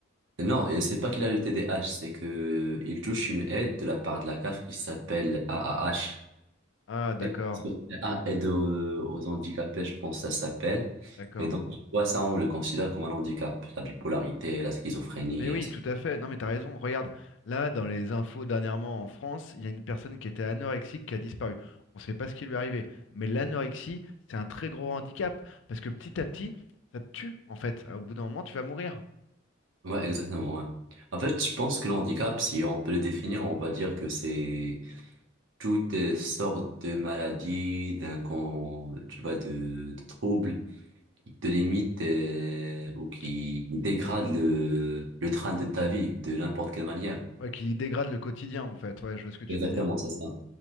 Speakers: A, on the right (about 70°); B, on the left (about 65°).
A: Non, et c'est pas qu'il a le TDAH, c'est que il touche une aide de la part de la CAF qui s'appelle AAH.
B: Ah, d'accord,
A: Aide sur- Ah, aide aux, aux handicapés, je pense que ça s'appelle.
B: d'accord.
A: Et donc, tu vois, ça, on le considère comme un handicap, la bipolarité, la schizophrénie.
B: Mais oui,
A: et ainsi-
B: tout à fait. Non, mais t'as raison. Regarde, là, dans les infos dernièrement en France, il y a une personne qui était anorexique qui a disparu. On ne sait pas ce qui lui est arrivé. Mais l'anorexie, c'est un très gros handicap. Parce que petit à petit, ça te tue, en fait. Au bout d'un moment, tu vas mourir.
A: Ouais, exactement, ouais. En fait, je pense que le handicap, si on peut le définir, on va dire que c'est toutes sortes de maladies, d'un, con- tu vois, de, de troubles qui te limite euh, ou qui
B: Qui,
A: dégrade le, le train de ta vie de n'importe quelle manière.
B: ouais, qui dégrade le quotidien, en fait. Ouais, je vois ce que tu
A: Exactement,
B: veux dire.
A: c'est ça.